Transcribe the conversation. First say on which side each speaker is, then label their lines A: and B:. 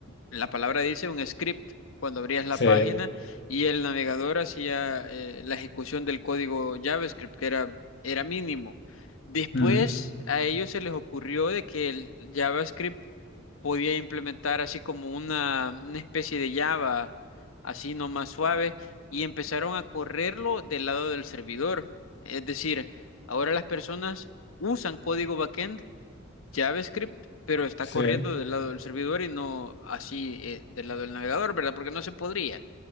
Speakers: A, on the left; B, on the left.
A: la palabra dice, un script cuando abrías la
B: Sí,
A: página y el navegador hacía eh, la ejecución del código JavaScript, que era, era mínimo. Después
B: mm,
A: a ellos se les ocurrió de que el JavaScript podía implementar así como una, una especie de Java, así nomás suave, y empezaron a correrlo del lado del servidor. Es decir, ahora las personas usan código backend, JavaScript, pero está
B: sí.
A: corriendo del lado del servidor y no así eh, del lado del navegador, ¿verdad? Porque no se podría.